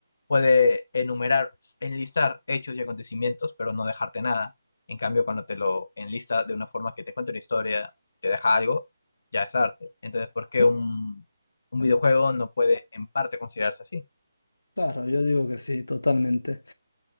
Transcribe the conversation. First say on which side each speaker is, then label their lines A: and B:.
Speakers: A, on the left; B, on the left.
A: puede enumerar, enlistar hechos y acontecimientos, pero no dejarte nada. En cambio, cuando te lo enlista de una forma que te cuenta una historia, te deja algo, ya es arte. Entonces, ¿por qué
B: Sí,
A: un, un videojuego no puede en parte considerarse así?
B: Claro, yo digo que sí, totalmente.